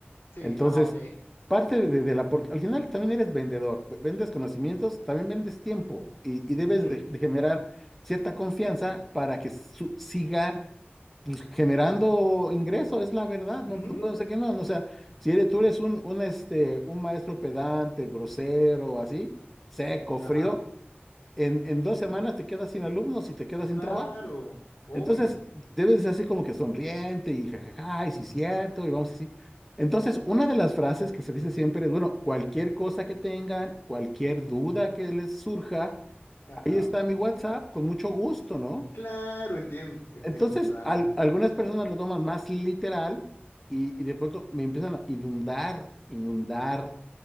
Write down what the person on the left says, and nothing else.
Sí,
ajá, ok.
Ujú,
ujú,
Ajá.
Claro,
obvio.
Ujú,
Ajá.
Claro, entiendo, te entiendo
totalmente.